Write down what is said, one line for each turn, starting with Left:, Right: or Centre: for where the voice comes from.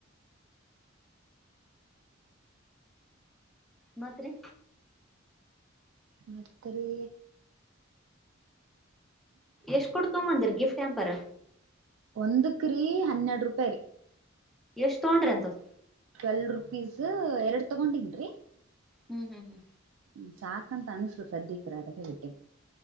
Centre: ಮತ್ತ್ ರಿ
Right: ಮತ್ರಿ
Centre: ಎಷ್ಟ್ ಕೊಡ್ಕೊಂಡ್ ಬಂದಿರಿ ಗಿಫ್ಟ್ ಪ್ಯಂಪರ್.
Right: ಒಂದುಕ್ಕ್ರೀ ಹನ್ನೆರಡು ರೂಪಾಯಿ ರೀ.
Centre: ಎಷ್ಟ್ ತಗೊಂಡ್ರಿ ಅಂತದು.
Right: ಟ್ವೆಲ್ ರುಪೀಸ್ ಎರಡು ತಗೊಂಡಿನ್ ರಿ
Centre: ಹ್ಮ್ ಹ್ಮ್ ಹ್ಮ್
Right: ಹ್ಮ್ ಸಾಕಂತ ಅನುಸ್ತು ಸದ್ದಿಕ್ <unintelligible>